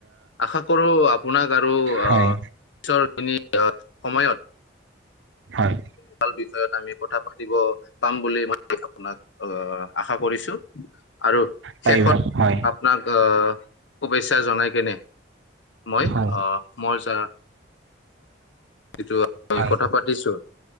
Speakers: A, on the left; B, on the right.
A: আশা কৰো আপোনাক আৰু
B: হয়
A: আহ পিছৰ খিনি অ সময়ত
B: হয়
A: ভাল বিষয়ত আমি কথা পাতিব পাম বুলি ম আপোনাক আহ আশা কৰিছো আৰু
B: পাৰিবা
A: শেষত
B: হয়
A: আপনাক আহ শুভেচ্ছা জনাই কিনে মই
B: হয়
A: অ মই য যিটো
B: হয়
A: কথা পাতিছো